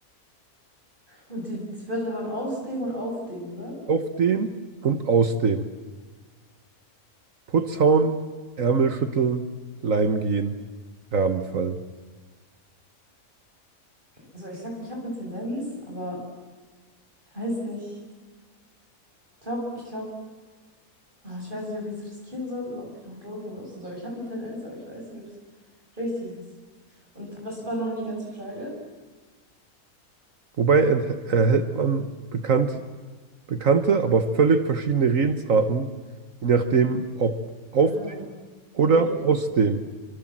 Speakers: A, on the right; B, on the right.
A: Und die, die Wörter waren aus dem und auf dem, oder?
B: Auf den und aus dem. Putz hauen, Ärmel schütteln, Leim gehen, Rahmen fallen.
A: Also, ich sag, ich habe eine Tendenz, aber ich weiß nicht. Ich glaube, ich glaube, ich weiß nicht, ob ich es riskieren soll oder ob ich noch einen Joker benutzen soll. Ich habe eine Tendenz, aber ich weiß nicht, ob es richtig ist. Und was war noch die ganze Frage?
B: Wobei ent- erhält man bekannt, bekannte, aber völlig verschiedene Redensarten, je nachdem, ob auf
A: Ah,
B: dem oder
A: okay.
B: aus dem